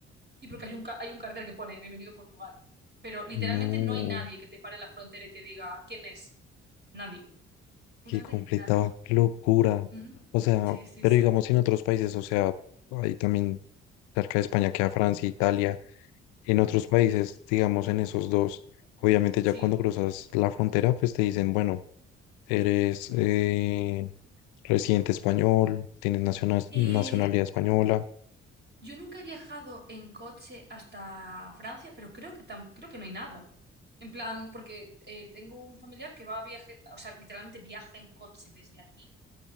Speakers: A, on the right; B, on the left.
A: Y porque hay un, ca- hay un cartel que pone Bienvenido a Portugal. Pero literalmente
B: No,
A: no hay nadie que te pare en la frontera y te diga quién es. Nadie. Absolutamente
B: qué completa
A: nadie.
B: locura.
A: Ujú.
B: O sea,
A: Sí, sí,
B: pero
A: sí.
B: digamos en otros países, o sea, hay también cerca de España queda Francia, Italia. En otros países, digamos en esos dos, obviamente ya
A: Sí.
B: cuando cruzas la frontera, pues te dicen, bueno, eres eh, residente español, tienes nacional
A: Eh,
B: nacionalidad española.
A: yo nunca he viajado en coche hasta Francia, pero creo que, tam- creo que no hay nada. En plan, porque eh, tengo un familiar que va a viaje, o sea, literalmente viaja en coche desde aquí